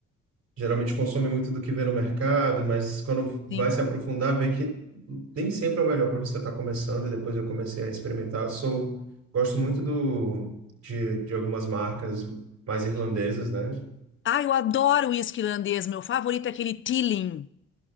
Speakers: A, on the right (about 60°); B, on the left (about 40°).
A: geralmente consome muito do que vê no mercado, mas quando vai
B: sim.
A: se aprofundar, vê que nem sempre é o melhor para você estar começando. E depois eu comecei a experimentar. Sou, gosto muito do, de, de algumas marcas mais irlandesas, né?
B: Ah, eu adoro uísque irlandês. Meu favorito é aquele Teeling.